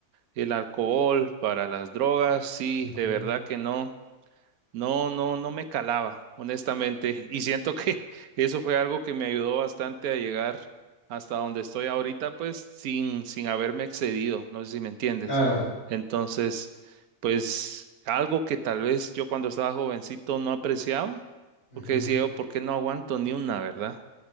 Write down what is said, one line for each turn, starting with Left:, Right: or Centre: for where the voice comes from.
Right: el alcohol, para las drogas, sí,
Left: Ujú.
Right: de verdad que no. No, no, no me calaba, honestamente. Y siento que <laughs> eso fue algo que me ayudó bastante a llegar hasta donde estoy ahorita, pues sin, sin haberme excedido. No sé si me entiendes.
Left: Claro.
Right: Entonces, pues algo que tal vez yo cuando estaba jovencito no apreciaba,
Left: ujú.
Right: porque decía yo, ¿por qué no aguanto ni una, verdad?